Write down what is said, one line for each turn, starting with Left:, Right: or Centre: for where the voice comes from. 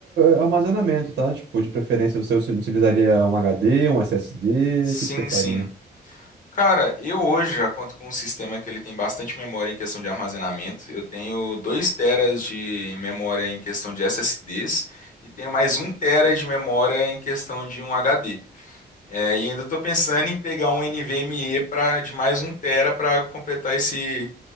Right: eh, armazenamento, tá? Tipo, de preferência você us- utilizaria um HD, um SSD,
Left: Sim,
Right: o que que você faria?
Left: sim. Cara, eu hoje já conto com um sistema que ele tem bastante memória em questão de armazenamento. Eu tenho 2 teras de memória em questão de SSDs e tenho mais um tera de memória em questão de um HD. É, e ainda estou pensando em pegar um NVMe para de mais um tera para completar esse